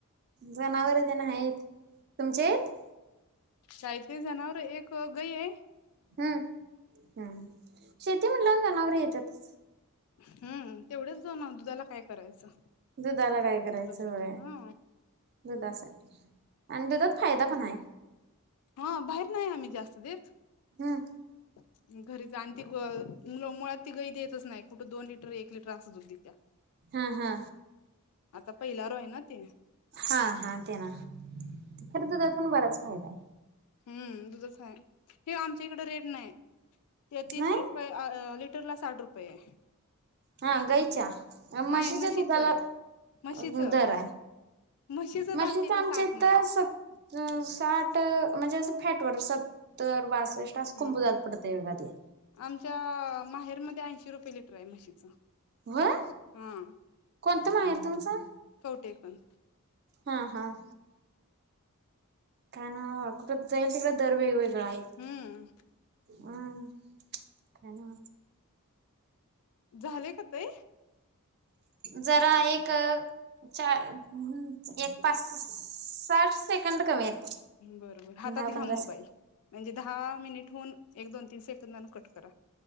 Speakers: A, on the right; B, on the left.
A: जनावर तेन हायत तुमचे आहेत?
B: काय ते जनावर एक गई हाय.
A: हम्म हम्म शेती म्हणल्या जनावर येतातच.
B: हम्म तेवढंच जाऊ ना दुधाला काय करायचं?
A: दुधाला काय करायचं
B: दुधासाठी
A: होय
B: हा
A: दुधासाठी आणि दुधात फायदा पण हाय
B: हा बाहेर नाय आम्ही जास्त देत
A: हम्म.
B: <inaudible> घरीच आणि ती ग मुळात ती गही देतच नाही कुठं दोन लिटर एक लिटर असं दुध दीत्या
A: हा हा
B: आता पहिलारू आहे ना ते
A: हां हां, आणते ना. परत दुधातून बराच फायदा.
B: हूं, दुधंच हाय. ही आमच्या हिकडं रेट न्हाय. ते तीस
A: नाही
B: रुपये अ, लिटरला साठ रुपयेय
A: हं, गईच्या. अ म्हशीच्या
B: नाही म्हशीचं
A: दुधाला
B: म्हशीचं
A: <unintelligible> दर आहे.
B: म्हशीचंच
A: म्हशीचं आमच्या
B: साठ
A: इथं
B: नाही
A: सत हं, साठ म्हणजे असं फॅट वर, सत्तर, बासष्ट असं
B: हम्म
A: कुंभोजात
B: हम्म
A: पडतंय बघा ते
B: आमच्या माहेरमध्ये, ऐंशी रु. लिटरयं म्हशीचं.
A: व्हय?
B: हा
A: कोणतं माहेर तुमचं?
B: हो, ते पण.
A: हां, हां. काय नाय अवो, कुटंबी जाईल तिकडं, दर वेळी वेगळं हाय.
B: हम्म
A: ऊं, काय नाही मग.
B: झालंय का पे?
A: जरा एक चार एक पाच, साठ सेकंद कमी आहेत.
B: बर बर, हातात
A: दहा पंधरा
B: घ्या मोबाईल.
A: सेकंद
B: म्हणजे दहा मिनिट होऊन, एक दोन तीन सेकंदानं कट करा.